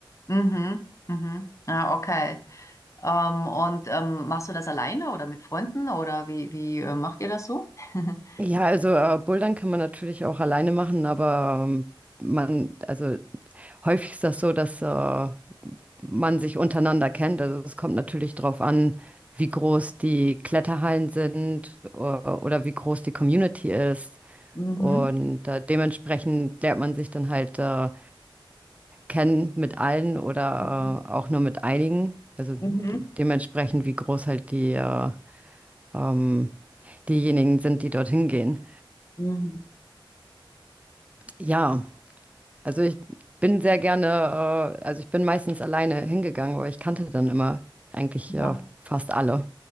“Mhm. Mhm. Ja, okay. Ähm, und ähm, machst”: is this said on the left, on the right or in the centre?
Left